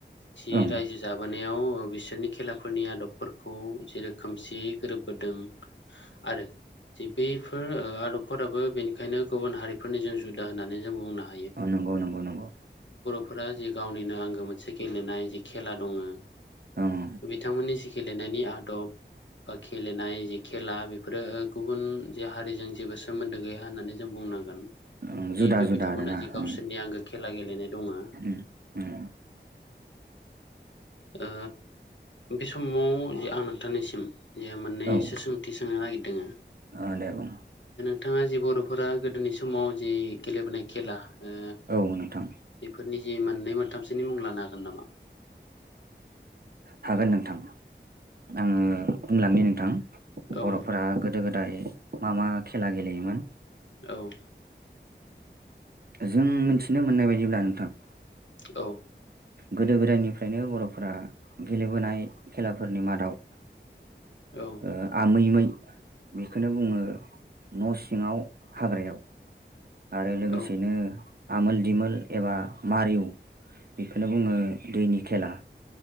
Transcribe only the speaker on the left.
जि
रायजो जाबोनायाव बिसोरनि खेलाफोरनि आदब खौ जे रोखोमसेयै गोरोबबोदों आरो जे बे फोर आदबफोराबो बेनिखायनो गुबुन हारिफोरनिजों जुदा होननानै जों बुंनो हा
फोरा जि गावनिनो आंगो मोनसे गेलेनाय जि खेला दङो
बिथांमोननि गेलेनायनि आदब बा गेलेनाय खेला बेफोरो गुबुन जे हारिजों जेबो सोमोन्दो गैया होननानै जों बुंनांगोन। जिहेथु
बिथांमोना
जि गावसोरनि
आंगो खेला गेलेनाय दङो
ओ बे समाव जे आं नोंथांनिसिम जेहा मोननैसो
सोंथि सोंनो नागिरदोंङो
बिथाङा जि बर'फोरा गोदोनि समाव जि गेलेबोनाय खेला ओ
बेफोर नि जे मोननै मोनथामसोनि मुं लानो हागोन नामा?
औ
औ
औ
औ
औ